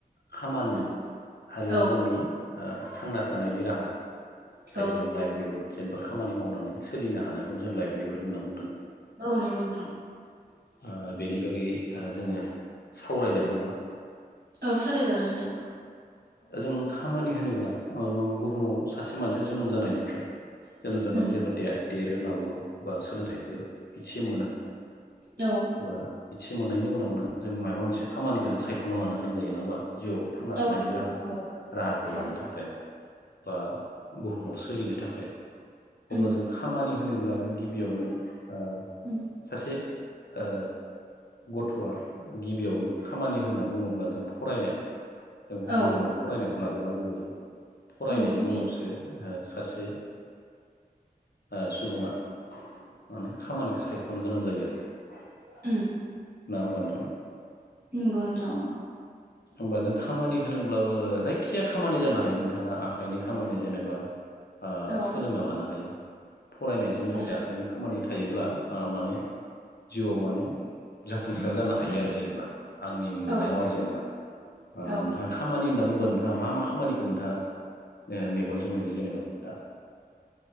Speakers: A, on the left (about 80°); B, on the right (about 85°).
A: खामानि
B: उम
A: आरो
B: औ
A: जोंनि। थांना थानायनि राहा
B: औ
A: जायखौ जों लाइभलिहुद जेनबा खामानि मावनानै सोलिनो हानायखौनो जों लाायब लिहुद होनना बुंदों।
B: औ नोंगौ नोंथां।
A: ओ बेनि बागै ओ जोङो सावरायजागोन नामा
B: औ सावराय जागोन नोंथां।
A: जों खामानि होनोब्ला ओ बुहुमाव सासे मानसिया जोनोम जानायनिफ्राय जोनोम जाना
B: उम
A: जेबो दे देरो लावो बा सोलोंथाइखो एसे मोनो।
B: औ
A: बा इदसे मोननायनि उनावनो जों मायबा मोनसे खामानिखौ जों सायख'ना लानो गोनां जायो नङा होमबा? जिउआव थांना
B: औ
A: थानायनि
B: नंगौ
A: राहा
B: औ
A: राहाखौ
B: औ
A: लानो थाखाय बा बुहुमाव सोलिनो थाखाय अब्ला
B: उम
A: जों खामानि होनोब्ला जों गिबियावनो ओ
B: उम
A: सासे ओ गथ'आ गिबियावनो खामानि होनना बुङोब्ला जों फरायनाय जों
B: औ
A: गिबियावनो फरायनायखौ लाग्रोनांगौ जायो फरायनायनि
B: उम जायो
A: उनावसो ओ सासे ओ सुबुंआ माने खामानिखौ सायख' नो गोनां जायो आरो
B: उम।
A: ना होमबा नोंथां?
B: नोंगौ नोंथां।
A: होमबा जों खामानि होनोब्लाबो जायखिया खामानि जानो हायो नोंथाङा आखाइनि खामानि जेनेबा ओ
B: औ
A: सोलोंना लानो हायो। फरायनायजों लोगोसे
B: हायो
A: आखाइनि खामानि थायोब्ला ओ माने जिउआव माने जाफुंसार जानो हायो आरो जेनेबा आंनि नुनायाव
B: औ
A: आरो जेनेबा। ओ
B: औ
A: नोंथाङा खा खामानि होनना बुंङोबा नोंथाङा मा मा खामानिखौ नोंथाङा मेगनजों नुयो जेनेबा दा?